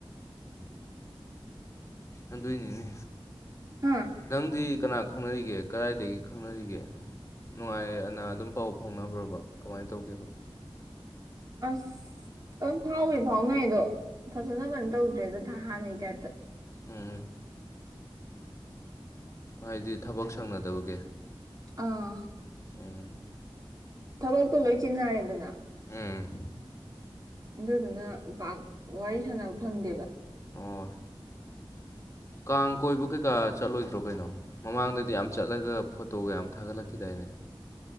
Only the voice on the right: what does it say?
ꯍꯥ
ꯑꯁ ꯑꯗꯨꯝ ꯐꯥꯎꯕꯨꯗꯤ ꯐꯥꯎꯅꯩ ꯑꯗꯣ ꯐꯖꯅ ꯀꯩꯅꯣ ꯇꯧꯗ꯭ꯔꯦꯗ ꯍꯥꯟꯅꯩ ꯇꯥꯏꯞꯇ
ꯑꯥ
ꯊꯕꯛꯇꯣ ꯂꯣꯏ ꯆꯤꯟꯅꯔꯦꯗꯅ
ꯑꯗꯨꯗꯨꯅ ꯄꯥꯛ ꯋꯥꯔꯤ ꯁꯥꯟꯅꯕ ꯐꯪꯗꯦꯕ <inaudible>